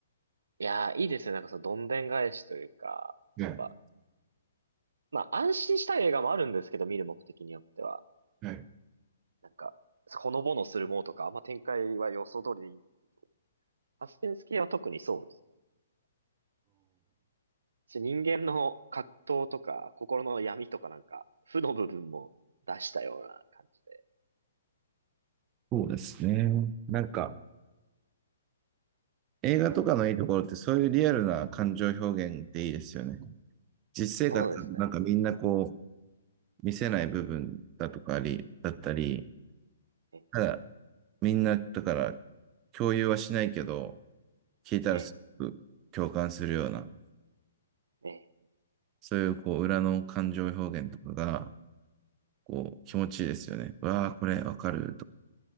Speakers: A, on the right; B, on the right.
A: いやー、いいですね。なんかそのどんでん返しというか、
B: はい。
A: やっぱ、まあ安心したい映画もあるんですけど、見る目的によっては。
B: はい。
A: なんか、ほのぼのするものとか、あんま展開は予想通りでいいんです。サスペンス系は特にそうですね。し人間の葛藤とか、心の闇とかなんか、負の部分も出したような感じで。
B: そうですね。なんか、映画とかのいいところってそういうリアルな感情表現っていいですよね。実生活、
A: そうですね。
B: なんかみんなこう、見せない部分だとかあり、だったり、
A: え、
B: ただ、みんな、だから、共有はしないけど、聞いたらすごく共感するような、
A: え、え、
B: そういう、こう、裏の感情表現とかが、こう、気持ちいいですよね。わあ、これわかると。